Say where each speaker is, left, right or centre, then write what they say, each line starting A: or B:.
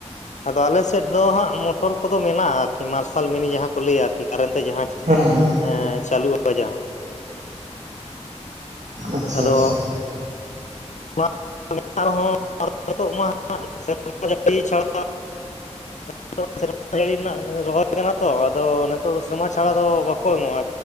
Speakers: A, on the left; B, on the right.
A: ᱟᱫᱚ ᱟᱞᱮ ᱥᱮᱫ ᱫᱚ ᱦᱟᱸᱜ ᱢᱚᱴᱚᱨ ᱠᱚᱫᱚ ᱢᱮᱱᱟᱜᱼᱟ, ᱟᱨᱠᱤ ᱢᱟᱨᱥᱟᱞ ᱢᱤᱱᱤ ᱡᱟᱦᱟᱸ ᱠᱚ ᱞᱟᱹᱭᱟ ᱟᱨᱠᱤ ᱠᱟᱨᱮᱱ ᱛᱮ ᱡᱟᱦᱟᱸ
B: ᱦᱩᱸ ᱦᱩᱸ ᱦᱩᱸ
A: ᱦᱮᱸ ᱪᱟᱹᱞᱩᱜᱼᱟ ᱡᱟᱦᱟ
B: ᱟᱪᱪᱷᱟ
A: ᱟᱫᱚ
B: ᱟᱪᱪᱷᱟ
A: ᱚᱱᱟ ᱟᱨᱦᱚᱸ ᱱᱤᱛᱚᱜ ᱢᱟ ᱥᱮᱨᱢᱟ ᱡᱟᱹᱲᱤ ᱪᱷᱟᱲᱟ ᱱᱤᱛᱚᱜ ᱥᱮᱨᱢᱟ ᱡᱟᱹᱲᱤ ᱨᱮᱱᱟᱜ ᱨᱚᱦᱚᱭ ᱠᱟᱱᱟ ᱛᱚ ᱟᱫᱚ ᱱᱤᱛᱚᱜ ᱫᱚ ᱥᱮᱨᱢᱟ ᱪᱷᱟᱲᱟ ᱫᱚ ᱵᱟᱠᱚ ᱮᱢᱚᱜᱼᱟ